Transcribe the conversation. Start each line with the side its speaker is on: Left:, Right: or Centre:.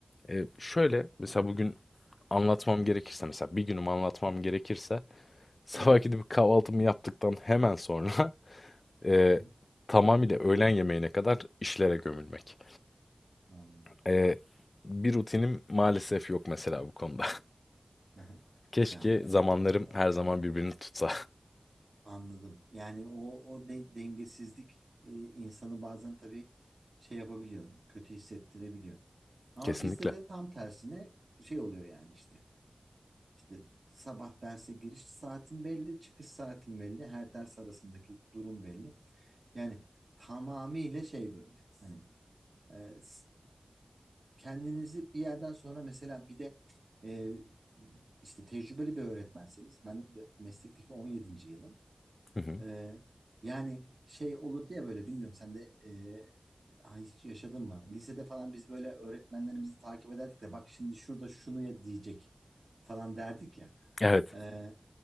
Left: E, şöyle
Right: Hı hı.
Left: mesela bugün anlatmam gerekirse mesela bir günümü anlatmam gerekirse <laughs> sabah
Right: Evet.
Left: gidip kahvaltımı yaptıktan hemen sonra <laughs> e,
Right: Hı hı.
Left: tamamıyla öğlen yemeğine kadar işlere gömülmek.
Right: Anladım.
Left: E, bir rutinim maalesef yok mesela bu konuda.
Right: Hı hı.
Left: <laughs> Keşke
Right: Ya
Left: zamanlarım
Right: evet. O
Left: her zaman birbirini tutsa.
Right: anladım. Yani o o de- dengesizlik e, insanı bazen tabii şey yapabiliyor, kötü hissettirebiliyor.
Left: <laughs>
Right: Ama
Left: Kesinlikle.
Right: bizde de tam tersine şey oluyor yani işte. İşte sabah derse giriş saatin belli, çıkış saatin belli, her ders arasındaki durum belli. Yani tamamıyla şey böyle. Hani Ee, s- kendinizi bir yerden sonra mesela bir de e, işte tecrübeli bir öğretmenseniz ben meslekteki on yedinci yılım.
Left: Hı hı.
Right: Ee, yani şey olurdu ya böyle bilmiyorum sen de e, ha, hiç yaşadın mı? Lisede falan biz böyle öğretmenlerimizi takip ederdik de bak şimdi şurada şunu ya diyecek falan derdik ya.
Left: Evet.
Right: Ee,